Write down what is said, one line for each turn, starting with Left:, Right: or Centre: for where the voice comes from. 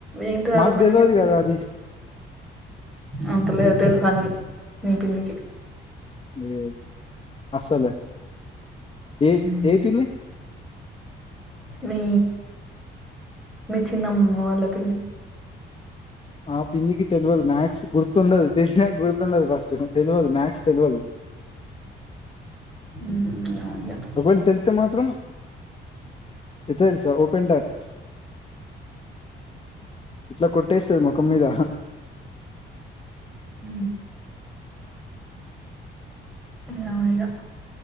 Centre: ఏంటి ఆవిడ
Left: మాకు
Centre: మంచిగా
Left: తెలవదు
Centre: చెప్పది
Left: కదా అది
Centre: అంతలేదు తెలుసాన్ని నీ పిన్నికి
Left: ఏ అస్సలే ఏ
Centre: మ్మ్.
Left: ఏ పిన్నీ
Centre: మీ మీ చిన్నమమ్మ వాళ్ళ పిన్ని
Left: ఆ పిన్నికి తెలవదు మాథ్స్ గుర్తుండదు తెలిసినా గుర్తుండదు ఫస్ట్ తెలవదు మాథ్స్ తెలవదు
Centre: అ అవునులే.
Left: ఒక వేలా తెలితే మాత్రం ఎట్ల తెలుసా ఓపెన్ డాట్ ఇట్లా కొట్టేస్తది ముఖం మీద
Centre: హ లయలె